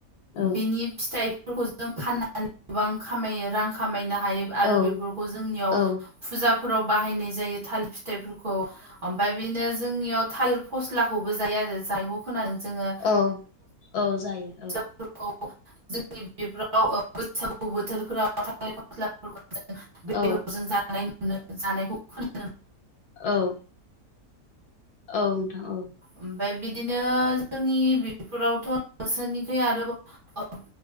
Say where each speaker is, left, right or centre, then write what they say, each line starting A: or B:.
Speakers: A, on the left (about 70°); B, on the right (about 35°).
A: औ
B: बिनि फिथाइ बेफोरखौ जों फाननानै गोबां खामायो रां खामायनो हायो आरो
A: औ
B: बेफोरखौ जोंनियाव
A: औ
B: फुजाफोराव बाहायनाय जायो थाल फिथाइफोरखौ ओमफफ्राय बिदिनो जोंनियाव थालिर फस्लाखौबो जायो आरो जायखौ खोनादों जोङो।
A: औ औ जायो औ
B: फोरखौ जोंनि बेफोराव बैसागु बोथोरफोरावां थालेर मस्लाों बेदरजों
A: औ औ
B: <unintelligible> जानायखौ खोनानो
A: औ औ नोंथां औ
B: ओमफ्राय बिदिनो जोंनि बिफोरावथ' नसोरनिखै आरोबाव